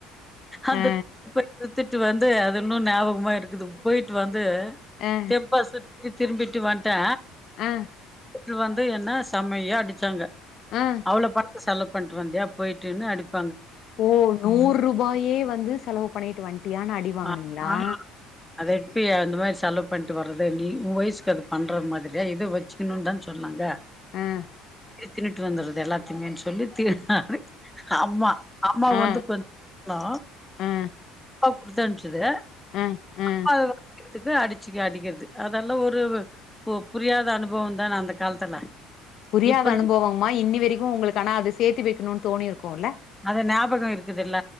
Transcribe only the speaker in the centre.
அந்த
<inaudible> த்துட்டு வந்து அது இன்னு ஞாபகமாருக்குது போயிட்டு வந்து
கே பாசிட் து திரும்பிட்டு வன்டே
து வந்து என்ன செம்மையா அடிச்சாங்க
அவ்ளோ பா செலவு பண்ணிட்டு வந்தியா போயிட்டுன்னு அடிப்
ஆ ஆ அத எப்பி அந்த மாரி செலவு பண்ணிட்டு வர்ற நீ உ வயசுக்கு அது பண்ற மாத்ரியா இது வச்சுக்கணுன்னு தான் சொன்னாங்க
இது தின்னுட்டு வந்தறது எல்லாத்தையுமே சொல்லி <unintelligible> ஆமா அம்மா
வந்து கொஞ்ச்னோ
குடுத்தம்ப்சது
<inaudible> துக்கு அடிச்சுக்கு அடிக்கிறது அதெல்லா ஒரு பொ புரியாத அனுபவந்தான அந்த காலத்துல
இப்ப
அது ஞாபகோ இருக்குதில்ல